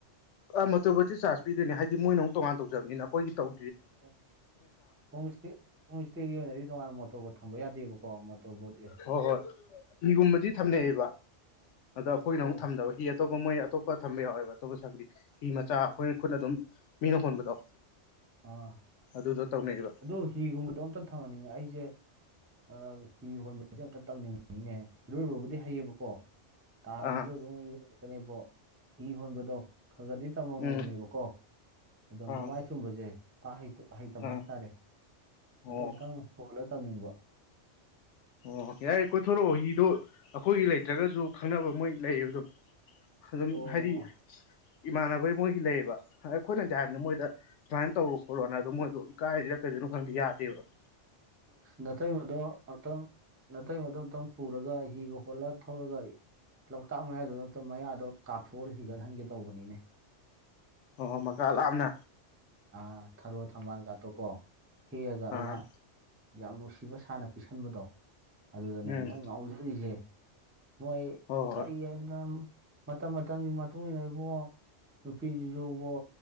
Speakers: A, on the left (about 80°); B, on the right (about 20°).
A: ꯑ ꯃꯣꯇꯣꯔ ꯕꯨꯠꯇꯤ ꯆꯥꯔꯖ ꯄꯤꯗꯣꯏꯅꯦ ꯍꯥꯏꯗꯤ ꯃꯣꯏꯅꯃꯨꯛ ꯇꯣꯉꯥꯟꯅ ꯇꯧꯖꯕꯅꯤꯅ ꯑꯩꯈꯣꯏꯒꯤ ꯇꯧ
B: ꯑꯣ ꯍꯣꯝ ꯏꯁꯇꯦ ꯍꯣꯝ ꯏꯁꯇꯦꯒꯤ ꯑꯣꯏꯅꯗꯤ ꯇꯣꯉꯥꯟꯅ ꯃꯣꯇ ꯕꯕꯨꯣꯠ ꯊꯝꯕ ꯌꯥꯗꯦꯕꯀꯣꯣꯔ ꯕꯕꯨꯠ
A: ꯍꯣꯏ ꯍꯣꯏ ꯍꯤꯒꯨꯝꯕꯗꯤ ꯊꯝꯅꯩꯑꯌꯦꯕ ꯑꯗꯣꯈꯅ
B: ꯑꯣ
A: ꯑꯃꯨ ꯊꯗꯕ ꯍꯤ ꯑꯇꯣꯞꯄ ꯃꯣꯏ ꯑꯇꯣꯞꯄ ꯊꯝꯕ ꯌꯥꯎꯋꯦꯕ ꯑꯇꯣꯞꯄ ꯁꯪꯗꯤ ꯍꯤ ꯃꯆꯥ ꯑꯩꯈꯣꯏꯅ ꯈꯨꯠꯅ ꯑꯗꯨꯝ ꯃꯤꯅ ꯍꯣꯟꯕꯗꯣ
B: ꯑꯥ
A: ꯑꯗꯨꯗꯣ ꯇꯧꯅꯩꯑꯕ
B: ꯑꯗꯨ ꯍꯤꯒꯨꯝꯕꯗꯣ ꯑꯝꯇ ꯊꯝꯍꯟꯅꯤꯡꯉꯦ ꯑꯩꯁꯦ ꯑ ꯍꯤ ꯍꯣꯟꯕꯁꯦ ꯑꯝꯇ ꯇꯝꯅꯤꯡꯉꯤꯅꯦ ꯏꯔꯣꯏꯕꯕꯨꯗꯤ ꯍꯩꯌꯦꯕꯀꯣ ꯇꯥꯔꯕꯁꯨ
A: ꯑꯥ
B: ꯑꯗꯨꯝ ꯏꯔꯣꯏꯔꯛꯀꯅꯦꯕꯣ ꯍꯤ ꯍꯣꯟꯕꯗꯣ ꯈꯔ ꯈꯔꯗꯤ ꯇꯝꯃꯝꯃꯕꯅꯦꯕꯀꯣ
A: ꯎꯝ
B: ꯑꯗꯣ
A: ꯑꯥ
B: ꯃꯃꯥꯏ ꯆꯨꯝꯕꯁꯦ ꯍꯩꯇꯕ
A: ꯑꯥ
B: ꯍꯥꯏꯇꯥꯔꯦ
A: ꯑꯣ
B: ꯑꯗꯣ ꯑꯨꯛꯇꯪ ꯍꯣꯜꯂ ꯇꯧꯅꯤꯡꯕ
A: ꯑꯣ ꯌꯥꯏ ꯀꯣꯏꯊꯣꯔꯛꯑꯣ ꯍꯤꯗꯣ ꯑꯩꯈꯣꯏꯒꯤ ꯂꯩꯇ꯭ꯔꯒꯁꯨ ꯈꯪꯅꯕ ꯃꯣꯏ ꯂꯩꯌꯦꯕ ꯑꯗꯨꯝ ꯑꯗꯨꯝ
B: ꯑꯣ
A: ꯍꯥꯏꯗꯤ ꯏꯃꯥꯟꯅꯕꯩ ꯃꯣꯏꯒꯤ ꯂꯩꯌꯦꯕ꯫ ꯑꯩꯈꯣꯏꯅꯗꯤ ꯍꯥꯏꯕꯅꯤꯅ ꯃꯣꯏꯗ ꯁꯨꯃꯥꯏꯅ ꯇꯧꯔꯣ ꯈꯣꯠꯂꯣꯅꯗꯣ ꯃꯣꯏꯗꯣ ꯏꯀꯥꯏꯁꯤꯔ ꯀꯩꯗꯣꯏꯅꯣ ꯈꯪꯗꯤ ꯌꯥꯗꯦꯕ ꯫
B: ꯅꯥꯇꯩꯃꯗꯣ ꯑꯝꯛꯇꯪ ꯅꯥꯇꯩꯃꯗꯣ ꯑꯨꯛꯇꯪ ꯄꯨꯔꯒ ꯍꯤꯒ ꯍꯣꯠꯂ ꯊꯧꯔꯒ ꯂꯣꯛꯇꯥꯛ ꯃꯌꯥꯗꯨ ꯑꯝꯇ ꯃꯌꯥꯗꯣ ꯀꯥꯊꯣꯛꯍꯜ ꯍꯤꯒꯠꯍꯟꯒꯦ ꯇꯧꯕꯅꯤꯅꯦ꯫
A: ꯑꯣ ꯃꯀꯥ ꯂꯥꯝꯅ
B: ꯑ ꯊꯔꯣ ꯊꯝꯕꯥꯜꯒꯥꯠꯇꯣꯀꯣ ꯍꯦꯛꯑꯒ
A: ꯑꯥ
B: ꯑꯩꯅ ꯌꯥꯝ ꯅꯨꯡꯁꯤꯕ ꯁꯥꯥꯅ ꯄꯤꯁꯟꯕꯗꯣ ꯑꯗꯨꯗꯅꯦ
A: ꯎꯝ
B: ꯃꯣꯏ ꯉꯥꯎꯖꯔꯤꯁꯦ ꯃꯣꯏ
A: ꯍꯣꯏ ꯍꯣꯏ
B: ꯀꯔꯤ ꯍꯥꯏꯅ ꯃꯇꯝ ꯃꯇꯝꯒꯤ ꯃꯇꯨꯡ ꯏꯟꯅ ꯏꯕꯨꯡꯉꯣ ꯅꯨꯄꯤꯁꯤꯁꯨꯕꯨ